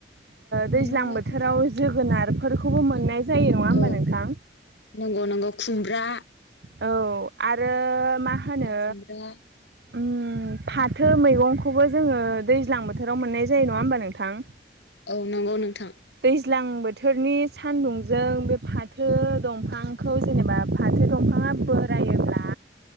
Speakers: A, on the right; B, on the left.
A: दैज्लां
B: मैगङाथ'
A: बोथोराव जोगोनार फोरखौबो मोननाय जायो नङा होमबा
B: औ
A: नोंथां?
B: नोंगौ नोंगौ खुम ब्रा
A: औ आरो मा होनो
B: खुमब्रा
A: उम फाथो मैगंखौबो जोङो दैज्लां बोथोराव मोननाय जायो। नङा होमबा नोंथां?
B: औ नोंगौ नोंथां।
A: दैज्लां बोथोरनि सान्दुं जों बे फाथो दंफांखौ जेनेबा फाथो दंफाङा बोरायोब्ला